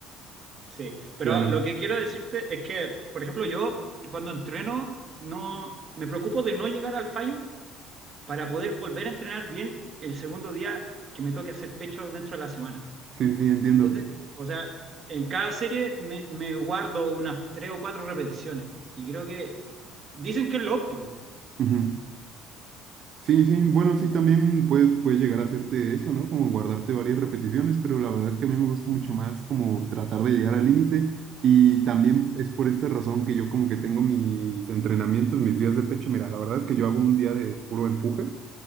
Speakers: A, on the right; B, on the right.
A: Sí, pero
B: Claro,
A: lo que quiero decirte es que, por ejemplo, yo cuando entreno no me preocupo de no llegar al fallo para poder volver a entrenar bien el segundo día que me toque hacer pecho dentro de la semana.
B: sí, sí, sí, entiendo.
A: ¿Entiendes? O sea, en cada serie me, me guardo unas tres o cuatro repeticiones y creo que dicen que es lo óptimo.
B: Ujú. Sí, sí, bueno, sí, también puedes, puedes llegar a hacerte eso, ¿no? Como guardarte varias repeticiones, pero la verdad es que a mí me gusta mucho más como tratar de llegar al límite y también es por esta razón que yo como que tengo mis entrenamientos, mis días de pecho. Mira, la verdad es que yo hago un día de puro empuje,